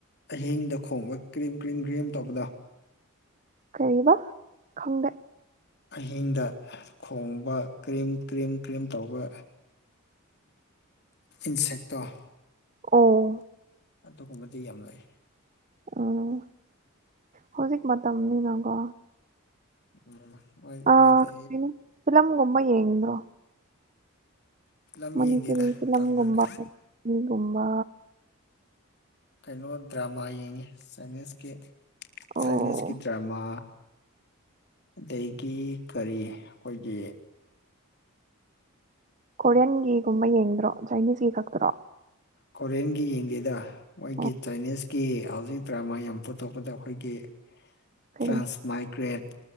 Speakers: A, on the left; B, on the right.
A: ꯑꯍꯤꯡꯗ ꯈꯣꯡꯕ ꯀ꯭ꯔꯤꯝ ꯀ꯭ꯔꯤꯝ ꯀ꯭ꯔꯤꯝ ꯇꯧꯕꯗ
B: ꯀꯔꯤꯕ ꯈꯪꯗ
A: ꯑꯍꯤꯡꯗ ꯈꯣꯡꯕ ꯀ꯭ꯔꯤꯝ ꯀ꯭ꯔꯤꯝ ꯀ꯭ꯔꯤꯝ ꯇꯧꯕ ꯏꯟꯁꯦꯛꯇꯣ
B: ꯑꯣ
A: ꯑꯗꯨꯒꯨꯝꯕꯗꯤ ꯌꯥꯝ ꯂꯩ
B: ꯎꯝ ꯍꯧꯖꯤꯛ ꯃꯇꯝꯅꯤꯅꯀꯣ
A: ꯎꯝ ꯃ
B: ꯑꯥ
A: ꯃꯣꯏꯗ
B: ꯀꯩꯅꯣ ꯐꯤꯂꯝꯒꯨꯝꯕ ꯌꯦꯡꯣ
A: ꯐꯤꯂꯝ
B: ꯃꯅꯤꯄꯨꯔꯤ
A: ꯌꯦꯡꯗꯦꯗ
B: ꯐꯤꯂꯝꯒꯨꯝꯕꯄꯔꯤꯒꯨꯝꯕ
A: ꯇꯟꯗꯅ ꯀꯩꯅꯣ ꯗ꯭ꯔꯃꯥ ꯌꯦꯡꯉꯤ ꯆꯅꯤꯁꯀꯤ
B: ꯑꯣ
A: ꯆꯥꯏꯅꯤꯁꯀꯤ ꯗ꯭ꯔꯃꯥ ꯑꯗꯒꯤ ꯀꯔꯤ ꯑꯩꯈꯣꯏꯒꯤ
B: ꯀꯣꯔꯤꯌꯟꯒꯤꯒꯨꯝꯕ ꯌꯦꯡꯗ꯭ꯔꯣ ꯆꯥꯏꯅꯤꯁꯀꯤ ꯈꯛꯇ꯭ꯔꯣ
A: ꯀꯣꯔꯤꯌꯥꯟꯒꯤ ꯌꯦꯡꯗꯦꯗ ꯃꯣꯏꯒꯤ
B: ꯑꯣ
A: ꯆꯥꯏꯅꯤꯁ ꯀꯤ ꯍꯧꯖꯤꯛ ꯗ꯭ꯔꯃꯥ ꯌꯥꯝ ꯄꯨꯊꯣꯛꯄꯗ ꯑꯩꯈꯣꯏꯒꯤ
B: ꯀꯔꯤ
A: ꯇ꯭ꯔꯥꯟꯁ ꯃꯥꯏꯒ꯭ꯔꯦꯠ